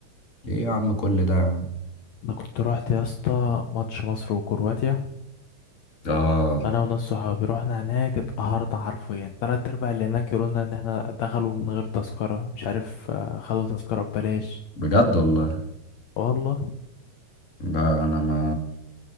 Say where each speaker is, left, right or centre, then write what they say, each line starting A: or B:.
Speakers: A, on the left; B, on the left.
A: ايه يا عم كل ده يا عم؟
B: أنا كنت رحت يا اسطى ماتش مصر وكرواتيا
A: اه
B: انا وناس صحابي رحنا هناك اتقهرنا حرفيا تلات ارباع اللي هناك يقولولنا ان احنا دخلوا من غير تذكرة مش عارف آه، خدوا تذكرة ببلاش
A: بجد والله
B: والله
A: ده انا ما